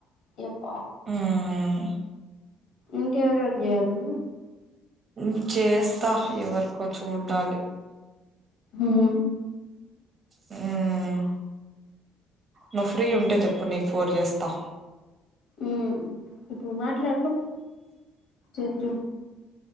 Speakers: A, on the left; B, on the right.
A: ఎప్ప
B: మ్మ్
A: ఇంకెవరెవరు చేయాలి
B: మ్మ్ చేస్తా ఎవరికో చూడాలి
A: హ్మ్
B: హ్మ్ నువ్వు ఫ్రీ ఉంటే చెప్పు నీకు ఫోన్ చేస్తా
A: హ్మ్ ఇప్పుడు మాట్లాడు చెద్ద